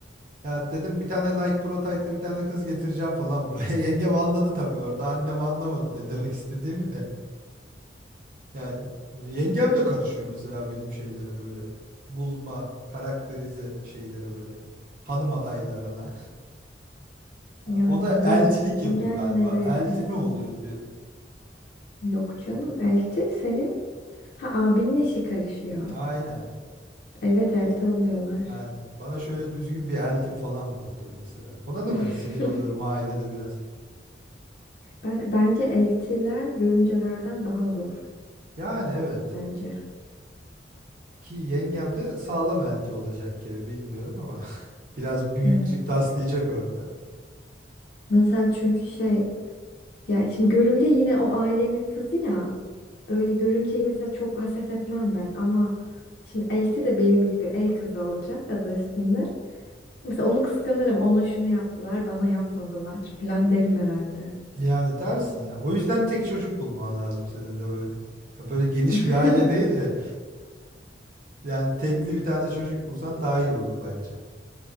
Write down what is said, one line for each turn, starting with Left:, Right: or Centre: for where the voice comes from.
Right: Ya dedim bir tane Nike Pro Tight'lı bir tane kız getireceğim falan buraya. <laughs> Yengem anladı tabii orada. Annem anlamadı ne demek istediğimi de. Yani yengem de karışıyor mesela benim şeylere böyle. Bulma, karakterize şeylere böyle. Hanım adaylarına. <laughs> Ha,
Left: Yani
Right: O da eltilik
Left: yen-
Right: yapıyor
Left: yengenle
Right: galiba.
Left: de yakınsın.
Right: Elti mi oluyor diyor.
Left: Yok canım, elti senin. Ha abinin eşi karışıyor.
Right: Aynen.
Left: Evet elti oluyorlar.
Right: Yani bana şöyle düzgün bir elti falan bul diyor mesela. Ona
Left: <laughs>
Right: da ben sinir oluyorum ailede biraz.
Left: Ben bence eltiler görümcelerden daha zor
Right: Yani evet.
Left: bence.
Right: Ki yengem de sağlam elti olacak gibi bilmiyorum ama <laughs> biraz büyüklük
Left: Evet.
Right: taslayacak orada.
Left: Mesela çünkü şey ya şimdi görümce yine o ailenin kızı ya. Böyle görümceyi mesela çok haset etmem ben ama şimdi elti de benim gibi el kızı olacak adı üstünde. Mesela onu kıskanırım. Ona şunu yaptılar, bana yapmadılar falan derim herhalde.
Right: Yani dersin ya. O yüzden tek çocuk bulman lazım senin de böyle. Ya böyle geniş
Left: <laughs>
Right: bir aile değil de yani tekli bir tane çocuk bulsan daha iyi olur bence.